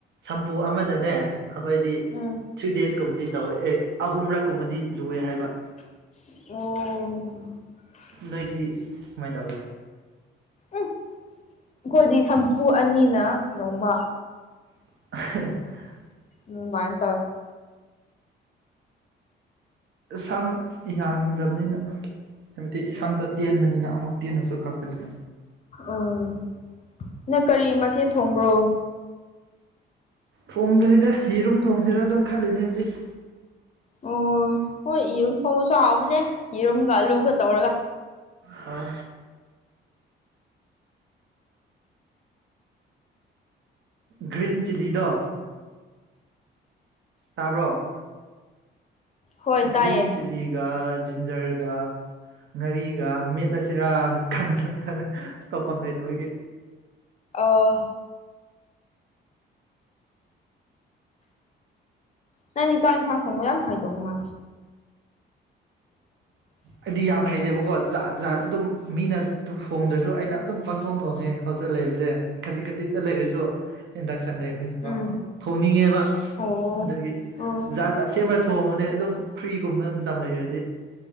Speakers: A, on the right; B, on the left.
A: ꯁꯝꯐꯨ ꯑꯃꯗꯅꯦ ꯑꯩꯈꯣꯏꯗꯤ
B: ꯎꯝ
A: ꯊ꯭ꯔꯤ ꯗꯦꯖꯀꯨꯝꯕꯗꯤ ꯇꯧ ꯌꯦ ꯑꯩ ꯑꯍꯨꯝꯔꯛꯀꯨꯝꯕꯗꯤ ꯂꯨꯋꯦ ꯍꯥꯏꯕ
B: ꯑꯣ
A: ꯅꯣꯏꯗꯤ ꯀꯃꯥꯏꯅ ꯇꯧꯒꯦ
B: ꯎꯝ ꯑꯩꯈꯣꯏꯗꯤ ꯁꯝꯄꯨ ꯑꯅꯤꯅ ꯅꯣꯡꯃ
A: <unintelligible>
B: ꯎꯝ ꯃꯥꯥꯏꯅ ꯇꯧꯋꯦ
A: ꯁꯝ ꯌꯥꯝꯗꯕꯅꯤꯅ ꯍꯥꯏꯕꯗꯤ ꯁꯝꯇꯨ ꯇꯦꯟꯕꯅꯤꯅ ꯑꯃꯨꯛ ꯇꯦꯟꯅꯁꯨ ꯀꯛꯄꯅꯤꯅ
B: ꯎꯝ ꯅꯪ ꯀꯔꯤ ꯃꯊꯦꯜ ꯊꯣꯡꯕ꯭ꯔꯣ
A: ꯊꯣꯡꯗ꯭ꯔꯤꯗ ꯌꯦꯔꯨꯝ ꯊꯣꯡꯁꯤꯔꯥ ꯑꯗꯨꯝ ꯈꯜꯂꯤꯅꯦ ꯍꯧꯖꯤꯛ
B: ꯑꯣ ꯍꯣꯏ ꯌꯦꯔꯨꯝ ꯊꯣꯡꯕꯁꯨ ꯍꯥꯎꯕꯅꯦ ꯌꯦꯔꯨꯝꯒ ꯑꯂꯨꯒ ꯇꯧꯔꯒ
A: ꯍꯣꯏ ꯒ꯭ꯔꯤꯟ ꯆꯤꯂꯤꯗꯣ ꯇꯥꯕ꯭ꯔꯣ
B: ꯍꯣꯏ
A: ꯒ꯭ꯔꯤꯟ
B: ꯇꯥꯏꯌꯦ
A: ꯆꯤꯂꯤꯒ ꯖꯤꯟꯖꯔꯒ ꯉꯥꯔꯤꯒ ꯃꯦꯠꯂꯁꯤꯔꯥ ꯈꯟꯕ ꯈꯟ ꯇꯧꯐꯝ ꯂꯩꯇꯕꯒꯤ
B: ꯑꯣ ꯅꯪꯗꯤ ꯆꯥꯛ ꯏꯟꯁꯥꯡ ꯊꯣꯡꯕ ꯌꯥꯝ ꯍꯩꯗꯧ ꯃꯥꯜꯂꯦ <inaudible>
A: ꯑꯩꯗꯤ ꯌꯥꯝ ꯍꯩꯇꯦꯕꯀꯣ ꯖꯥꯠ ꯖꯥꯠ ꯑꯗꯨꯝ ꯃꯤꯅ ꯍꯣꯡꯗ꯭ꯔꯁꯨ ꯑꯩꯅ ꯑꯗꯨꯝ ꯄꯪꯊꯣꯡ ꯊꯣꯡꯉꯦ ꯍꯣꯁꯇꯦꯜ ꯂꯩꯕꯁꯦ ꯈꯖꯤꯛ ꯈꯖꯤꯛꯇ ꯂꯩꯔꯁꯨ ꯏꯟꯗꯛꯁꯟ ꯁꯟ ꯂꯩꯕꯅꯤꯅꯀꯣ
B: ꯎꯝ
A: ꯑꯗꯨꯝ ꯊꯣꯡꯅꯤꯡꯉꯦꯕ
B: ꯑꯣ
A: ꯑꯗꯨꯒꯤ
B: ꯑꯣ
A: ꯖꯥꯠ ꯖꯥꯠ ꯁꯦꯝꯃ ꯊꯣꯡꯕꯅꯦ ꯑꯗꯨꯝ ꯐ꯭ꯔꯤꯒꯨꯝꯕ ꯃꯇꯝ ꯂꯩꯔꯗꯤ